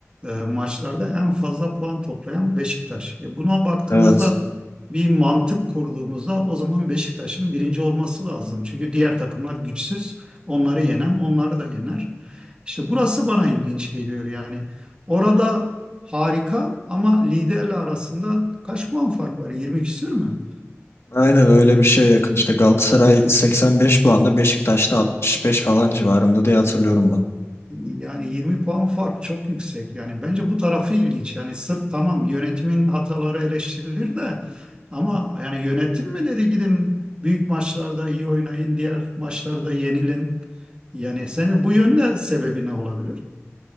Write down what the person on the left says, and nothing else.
Evet.
Aynen öyle bir şeye yakın. İşte Galatasaray 85 puanda, Beşiktaş'ta 65 falan civarında diye hatırlıyorum ben.